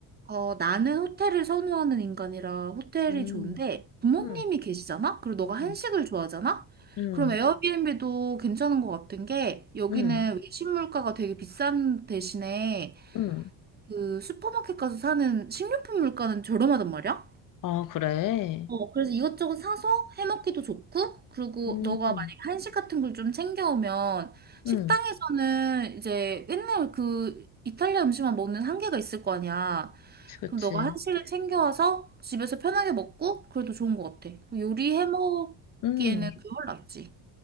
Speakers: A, on the right; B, on the left.
A: 어, 나는 호텔을 선호하는 인간이라 호텔이
B: 음,
A: 좋은데 부모님이
B: 음,
A: 계시잖아? 그리고 너가 한식을
B: 음,
A: 좋아하잖아?
B: 음,
A: 그럼 에어비앤비도 괜찮은 것 같은 게 여기는
B: 음,
A: 외식 물가가 되게 비싼 대신에
B: 음.
A: 그 슈퍼마켓 가서 사는 식료품 물가는 저렴하단 말이야?
B: 아, 그래?
A: 어, 그래서 이것저것 사서 해먹기도 좋고, 그리고
B: 음,
A: 너가 만약에 한식 같은 걸 좀 챙겨오면, 식당에서는
B: 음,
A: 이제 맨날 그 이탈리아 음식만 먹는 한계가 있을 거 아니야.
B: 그치, 그치.
A: 그럼 너가 한식을 챙겨와서 집에서 편하게 먹고, 그래도 좋은 것 같아. 뭐 요리 해먹기에는
B: 음,
A: 그게 훨 낫지.